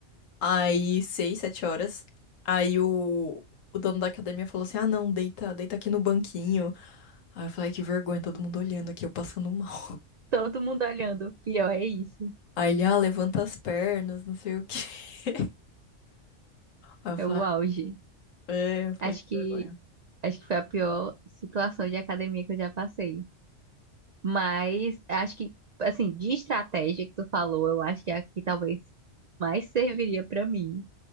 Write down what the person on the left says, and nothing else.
Aí, seis, sete horas. Aí o, o dono da academia falou assim: Ah, não, deita, deita aqui no banquinho. Aí eu falei, "Ai, que vergonha, todo mundo olhando aqui, eu passando mal.
Aí ele, ah, levanta as pernas, não sei o quê. <laughs> Aí eu falei,
"Ah, é, eu falei,
que
vergonha.